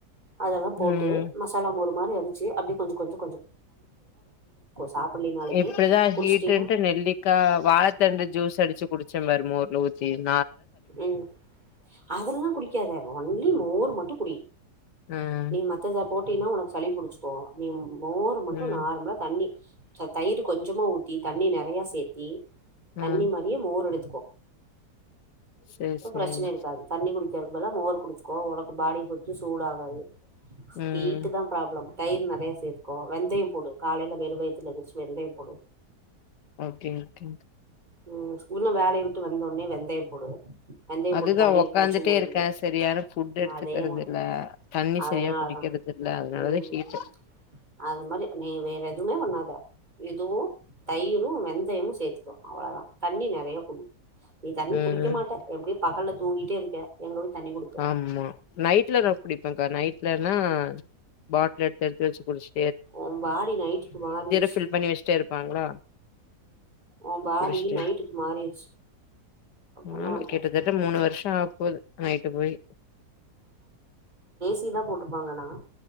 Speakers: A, on the right; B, on the left.
A: அதெல்லா போட்டு
B: ம்
A: மசாலா மோரு மாரி அடிச் ம் அப்டி கொஞ்ச கொஞ்சம் சாப்புட்லினாலுமே
B: இப்டிதா
A: குடிச்சிட்டினா
B: ஹீட்டுன்ட்டு நெல்லிக்கா வாழத்தண்டு ஜூஸ் அடிச்சு குடிச்சே பாரு மோர்ல ஊத் ஈர்
A: ம் அதெல்லா குடிக்காத ஒன்லி மோரு மட்டு குடி
B: ம்
A: நீ மத்ததா அப் போட்டினா ஓனக்கு சளி புடிச்சுக்கோ நீ ம் ம் மோரு மட்டு
B: ம்
A: நார்மலா தண்ணி ச்ச தயிரு கொஞ்சமா ஊத்தி தண்ணி நெறைய சேத்தி
B: ம்
A: தண்ணி மாரியே மோரு அடிச்சு
B: சேரி
A: இப்ப
B: சேரி
A: பிரச்சன இருக்காது தண்ணி குடிக்கறது இதுவெல்லா மோரு குடிச்சுக்கோ ஓனக்கு பாடி கொத்து சூட ஆகாது
B: ம்
A: ஹீட்டு தா ப்ராப்ளம் தயிர் நெறைய சேத்துகோ வெந்தயம் போடு காலையல வெறு வயித்துல எந்திரிச்சு வெந்தயம் போடு
B: ஓகே ஓகே
A: ம் இன்னு வேலய விட்டு வந்தோவுனே வெந்தய போடுவே வெந்தய
B: அதுதா
A: போட்டு தண்ணிய
B: ஒக்காந்துட்டே
A: குடிச்சு முடிஞ்ச
B: இருக்கே சரியான ஃபுட் எடுத்துக்கறது
A: அதேதா
B: இல்ல தண்ணி
A: அதனாலதா
B: சரியா குடிக்கறது இல்ல அதனாலதா
A: ம்
B: ஹீட்டு
A: அது மாரி நீ வேற எதுமே பண்ணாத இதுவு தயிரு வெந் வெந்தயம் சேத்துக்கோ அவ்ளோ தா தண்ணி நெறைய குடி நீ தண்ணி
B: ம்
A: குடி வைக்க மாட்ட எப்டி பகல்ல தூங்கிட்டே இருக்க எங்க தண்ணி குடிப்ப
B: ஆமா நைட்ல தா குடிப்பேக்கா நைட்லனா பாட்டில் எடுத்து எடுத்து வெச்சு குடிச்சு
A: ஒ பாடி நைட்டுக்கு மாறிடுச்சு
B: ஃபில் பண்ணி வச்சுட்டே இருப்பாங்களா
A: ஒ பாடி
B: குடிச்சுட்டே
A: நைட்டுக்கு மாறிடுச்சு என்ன
B: ஆமா
A: பண்றது
B: கிட்டத்தட்ட மூனு வருஷோ ஆகப்போது போது நைட்டு போய்
A: சீதா போட்ருப்பாங்கண்ணா